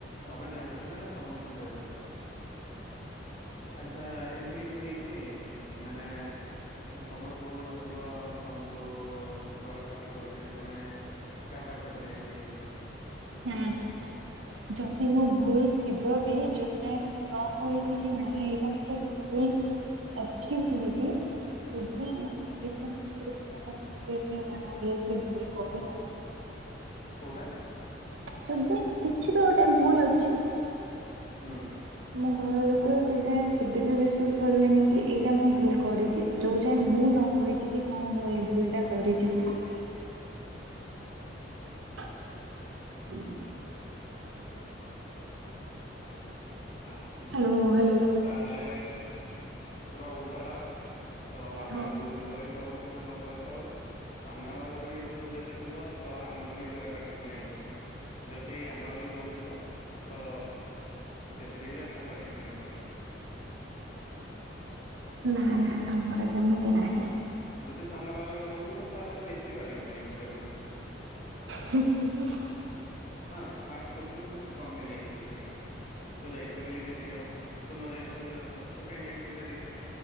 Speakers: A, on the left; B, on the right.
A: ତମେ ଜାଣିଛନା ଏଇଟା ସମସ୍ତଙ୍କ ସହିତ ଏଇଟା ଆଚ୍ଛା ଏମିତି କିଛି ହେଇଛି ମାନେ ତମର ଭୁଲ୍ ନଥିବ ତମକୁ ଘରେ ପାଟି କରୁଥିବେ ତମେ। କା ପାଖରେ ଯାଇଁକି
B: ହଁ ଯଦି ମୁଁ ଭୁଲ୍ ଥିବ ବି ଯୋଉଟା ମୁଁ ନ କହିକି କି ନାହିଁ ଏଇଟା ମୋର ଭୁଲ୍ ଅଛି ବୋଲିକି <unintelligible>
A: କୋଉଟା?
B: ଯଦି କିଛି ବି ଗୋଟେ ଭୁଲ ଅଛି।
A: ହୁଁ।
B: ମୋ ଘର ଲୋକ ସେଇଟା କେବେ ବି ବିଶ୍ବାସ କରିବେନି କି ଏଇଟା ମୁଁ ଭୁଲ କରିଛି। ଯୋଉ ଯାଏଁ ମୁଁ ନ କହିଛି କି ହଁ ମୁଁ ଏଇ ଭୁଲ ଟା କରିଛି ବୋଲି। <unintelligible>
A: ଆଚ୍ଛା
B: ହାଲୋ ହାଲୋ
A: ତାହେଲେ ପୁରା ଓଲ୍ଟାଟା ଆଉ ତ ଆମେ
B: ହଁ
A: ଭୁଲ୍ କରିଥାଉ କିବା ନ କରିଥାଉ। ସାମ୍ନା ବାଲା ର ବି ଭୁଲ୍ ଯଦି ଥିବ ତ ଆମକୁ ବି ଘରେ ପାଟି ଶୁଣିବାକୁ ପଡ଼େ ଯଦି ଆମ ଆଡ଼ୁ ଭୁଲ୍ ଥିବ ତ ସେଥିରେ ବି ଆମକୁ ପାଟି ଶୁଣିବାକୁ ପଡ଼େ।
B: ନା ନା ଆମର ସେମିତି ନାହିଁ।
A: ଯଦି ସାମ୍ନା ବାଲରେ ଭୁଲ୍ ଥିବ ତାହେଲେ ବେଶୀ ପାଟି ଶୁଣିବାକୁ ପଡ଼େ ମତେ।
B: <unintelligible>
A: ହଁ ଫାଷ୍ଟ କଶ୍ଚେନ୍ ତୁ କଣ ପାଇଁ ଯାଇଥିଲୁ ସେଠିକି? ତୁ ଯାଇଥିଲୁ କି ବୋଲି କେତିକି ହେଲା ତୁ ନ ଯାଇଥିଲ ହେଇ ନଥାନ୍ତା ତୁ କାଇହିଁ ଯାଇଥିଲୁ ସେଠିକି?